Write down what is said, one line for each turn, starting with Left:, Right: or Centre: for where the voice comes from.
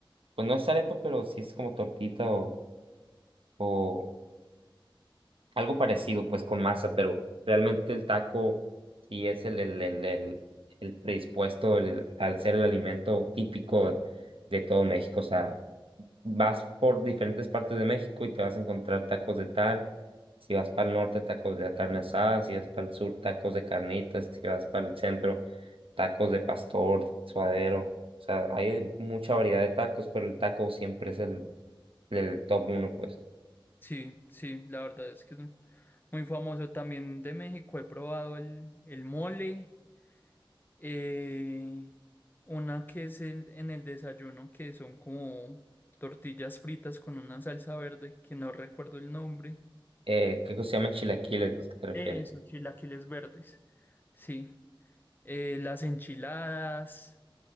Right: pues no es arepa, pero sí es como tortita o, o algo parecido, pues con masa, pero realmente el taco sí es el, el, el, el, el predispuesto el- el- al ser el alimento típico de todo México. O sea, vas por diferentes partes de México y te vas a encontrar tacos de tal, si vas para el norte, tacos de carne asada, si vas para el sur, tacos de carnitas, si vas para el centro, tacos de pastor, suadero, o sea, hay mucha variedad de tacos, pero el taco siempre es el, el top uno, pues.
Left: sí, sí, la verdad es que es muy famoso. También de México he probado el, el mole. Eh, una que es en, en el desayuno, que son como tortillas fritas con una salsa verde, que no recuerdo el nombre.
Right: Eh, creo que se llaman chilaquiles los que te refieres.
Left: Eso, chilaquiles verdes. Sí. Eh, las enchiladas,